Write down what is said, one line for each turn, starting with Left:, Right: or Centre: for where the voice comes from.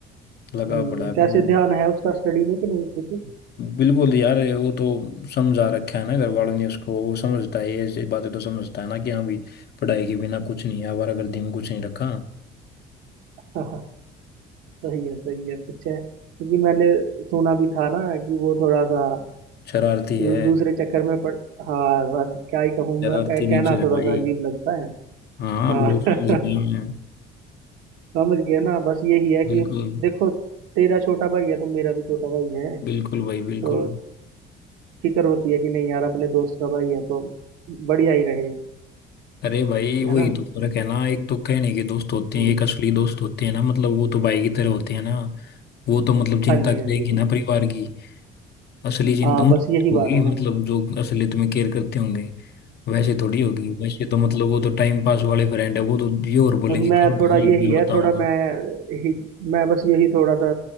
Left: लगा
Right: हम्म,
Left: पड़ा है पर
Right: कैसे
Left: वो
Right: ध्यान है उसका स्टडी में कि नहीं कुछ
Left: बिल्कुल यार ये वो तो समझा रखा है ना घर वालों ने उसको वो समझता है ये ऐसी बातें तो समझता है ना कि हाँ भाई पढ़ाई के बिना कुछ नहीं है आवारागर्दी में कुछ नहीं रखा
Right: <laughs> सही है सही है कुछ है क्योंकि मैंने सुना भी था ना कि वो थोड़ा सा
Left: शरारती
Right: दू-
Left: है
Right: दूसरे चक्कर में पड़ हाँ बस क्या ही कहूँ
Left: शरारती
Right: मैं कह- कहना
Left: नेचर है
Right: थोड़ा
Left: भाई
Right: सा अजीब लगता है
Left: हाँ
Right: हाँ
Left: वो समझ गया
Right: <laughs>
Left: मैं
Right: समझ गए ना बस यही है
Left: बिल्कुल
Right: कि देखो तेरा छोटा भाई है तो मेरा भी छोटा भाई है
Left: बिल्कुल भाई
Right: तो
Left: बिल्कुल
Right: फिक्र होती है कि नहीं यार अपने दोस्त का भाई है तो बढ़िया ही रहे
Left: अरे भाई वही
Right: है ना
Left: तो फर्क है ना एक तो कहने के दोस्त होते हैं
Right: हम्म
Left: एक असली दोस्त होते हैं ना मतलब वो तो भाई की तरह होते हैं ना वो तो मतलब चिंता
Right: हाँ जी
Left: करेंगे
Right: हाँ जी
Left: ना
Right: हाँ जी।
Left: परिवार की असली चिंता
Right: हाँ
Left: उनकी
Right: बस यही बात
Left: होगी
Right: है
Left: मतलब
Right: भाई
Left: जो असलियत में केयर करते होंगे वैसे थोड़ी होगी वैसे तो मतलब वो तो टाइम पास वाले फ्रेंड है वो तो ये और बोलेंगे
Right: मैं
Left: कर भाई
Right: थोड़ा यही
Left: मैं
Right: है
Left: बताऊंगा
Right: थोड़ा मैं ही मैं बस यही थोड़ा सा